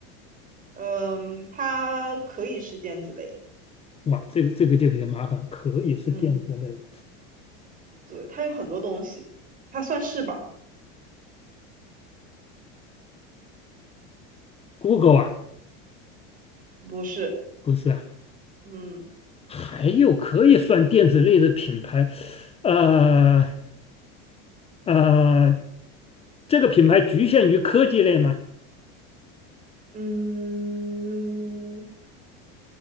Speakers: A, on the right; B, on the left.
A: 嗯，它可以是电子类的，
B: 哇，这个这个就有点麻烦，可以是电子类
A: 嗯，对，它有很多东西，它算是吧？
B: ，Google 啊，
A: 不是，
B: 不是啊，
A: 嗯
B: 还有可以算电子类的品牌，呃呃，这个品牌局限于科技类吗？
A: 嗯，